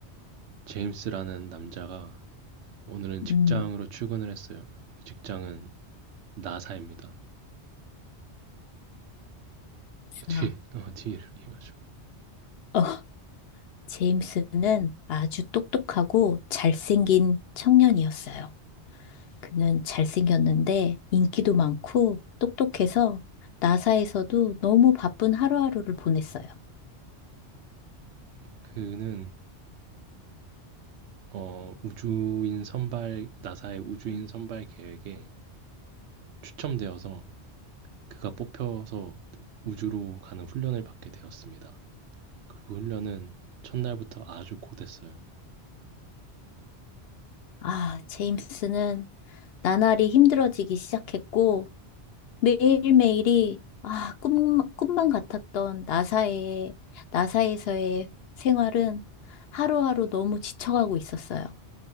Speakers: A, on the right; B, on the left.
A: 제임스라는 남자가 오늘은 직장으로
B: 음.
A: 출근을 했어요. 그 직장은 나사입니다. <laughs>
B: 아,
A: 뒤, 어, 뒤를 이어줘.
B: 어, 제임스는 아주 똑똑하고 잘생긴 청년이었어요. 그는 잘생겼는데 인기도 많고 똑똑해서 나사에서도 너무 바쁜 하루하루를 보냈어요.
A: <laughs> 그는, 어, 우주인 선발, 나사의 우주인 선발 계획에 추첨되어서 그가 뽑혀서 우주로 가는 훈련을 받게 되었습니다. 그 훈련은 첫날부터 아주 고됐어요.
B: 아, 제임스는 나날이 힘들어지기 시작했고 매일매일이 아, 꿈, 꿈만 같았던 나사의, 나사에서의 생활은 하루하루 너무 지쳐가고 있었어요.